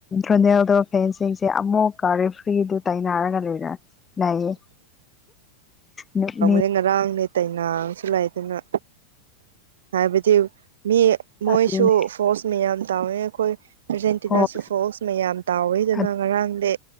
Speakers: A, on the left; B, on the right.
A: ꯗꯣꯅꯦꯜꯗꯣ ꯐꯦꯟꯁꯤꯡꯁꯦ ꯑꯃꯨꯛꯀ ꯔꯦꯐ꯭ꯔꯤꯗꯨ ꯇꯥꯏꯅꯔꯒ ꯂꯩꯔꯦ <unintelligible>
B: ꯑꯩ ꯉꯔꯥꯡ ꯂꯩ ꯇꯩꯅꯖꯁꯨ ꯂꯩꯥꯗꯅ ꯍꯥꯏꯕꯗꯤ ꯃꯤ ꯃꯣꯏꯁꯨ
A: ꯑꯗꯨꯅꯦ
B: ꯐꯣꯔꯁ ꯃꯌꯥꯝ ꯇꯧꯋꯦ ꯑꯩꯈꯣꯏ ꯑꯥꯔꯖꯦꯟꯇꯤꯅꯥꯁꯨ
A: ꯍꯣꯏ
B: ꯐꯣꯜꯁ ꯃꯌꯥꯝ ꯇꯥꯎꯋꯦꯗꯅ
A: ꯑꯗꯨ
B: ꯉꯔꯥꯡꯗꯤ